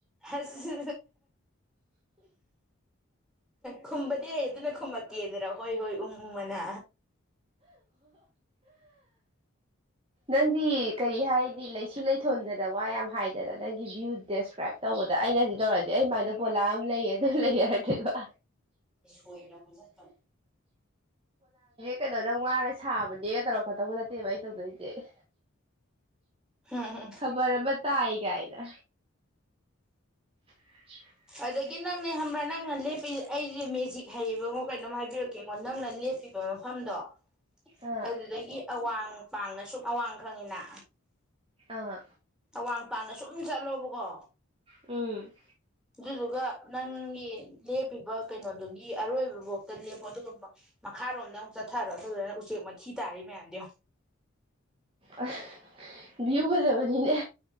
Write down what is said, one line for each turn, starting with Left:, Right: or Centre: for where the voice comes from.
Centre: ꯑꯁ ꯈꯨꯝꯕꯗꯤ ꯑꯩ ꯑꯗꯨꯅ ꯈꯨꯝꯃꯛꯀꯦꯗꯔ ꯍꯣꯏ ꯍꯣꯏ ꯎꯃꯨꯡ ꯃꯅꯥ
Right: ꯅꯪꯗꯤ ꯀꯔꯤ ꯍꯥꯏꯗꯤ ꯂꯩꯁꯤ ꯂꯩꯊꯣꯟꯗꯅ ꯋꯥ ꯌꯥꯝ ꯍꯥꯏꯗꯅ ꯅꯪꯒꯤ ꯚ꯭ꯌꯨ ꯗꯦꯁꯀ꯭ꯔꯥꯏꯞ ꯇꯧꯕꯗ ꯑꯩꯅꯗꯤ ꯇꯧꯔꯛꯑꯗꯤ ꯑꯩꯃꯗ ꯄꯣꯂꯥ ꯑꯃ ꯂꯩꯌꯦ ꯑꯗꯨꯝ ꯂꯩ ꯍꯥꯏꯔꯗꯦꯕ
Centre: ꯁꯣꯏꯅꯕꯕ ꯆ
Right: ꯀꯩꯅꯣꯅ ꯋꯥꯅ ꯁꯥꯕꯅꯦꯒ ꯇꯧꯔꯛꯀꯗꯧꯕ ꯅꯠꯇꯦꯕ ꯑꯩꯩꯅ ꯇꯧꯗꯣꯏꯁꯤ ꯀ
Centre: ꯎꯝ ꯎꯝ
Right: <unintelligible> ꯈꯕꯔꯑꯃ ꯇꯥꯢ ꯒꯥꯢꯅ <inaudible>
Centre: ꯑꯗꯒꯤ ꯅꯪꯅꯦ ꯈꯝꯕ꯭ꯔꯥ ꯅꯪꯅ ꯂꯦꯞꯄꯤ ꯑꯩꯁꯦ ꯃꯦꯖꯤꯛ ꯍꯩꯌꯦꯕꯉꯣ ꯀꯩꯅꯣꯝ ꯍꯥꯏꯕꯤꯔꯛꯀꯦꯉꯣ ꯅꯪꯅ ꯂꯦꯞꯄꯤꯕ ꯃꯐꯝꯗꯣ
Right: ꯑꯥ
Centre: ꯑꯗꯨꯗꯒꯤ ꯑꯋꯥꯡ ꯄꯥꯡꯅ ꯁꯨꯝ ꯑꯋꯥꯡ ꯈꯪꯉꯤꯅ
Right: ꯑꯥ
Centre: ꯋꯥꯡ ꯄꯥꯛꯅ ꯁꯨꯝ ꯆꯠꯂꯣꯕꯀꯣ
Right: ꯎꯝ
Centre: ꯑꯗꯨꯗꯨꯒ ꯅꯪꯒꯤ ꯂꯦꯞꯄꯤꯕ ꯀꯩꯅꯣꯗꯨꯒꯤ ꯑꯔꯣꯏꯕ ꯥꯕꯧꯇ ꯂꯦꯞꯄꯣ ꯑꯗꯨꯒꯨꯝꯕ ꯃꯈꯥꯔꯣꯝꯗ ꯑꯃꯨꯛ ꯆꯠꯊꯔꯣ ꯑꯗꯨꯗꯨꯒ ꯅꯪ ꯎꯆꯦꯛ ꯃꯊꯤ ꯇꯥꯔꯤ ꯃꯌꯥꯝꯗꯤ
Right: ꯑ ꯚꯤꯎ ꯐꯖꯕꯅꯤꯅꯦ